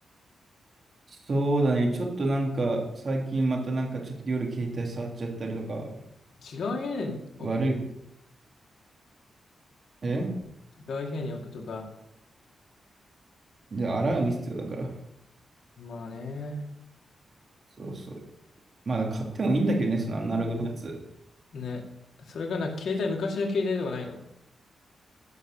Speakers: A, on the right (about 45°); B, on the left (about 70°).
A: そうだね。ちょっとなんか、最近またなんかちょっと夜携帯触っちゃったりとか、
B: 違う部屋に置く、
A: 悪い。え
B: 違う部屋に置くとか。
A: で、アラーム必要だから。
B: まあね。
A: そうそう。まあ、買ってもいいんだけどね、そのアナログのやつ。
B: ね。それがな、携帯、昔の携帯とかないの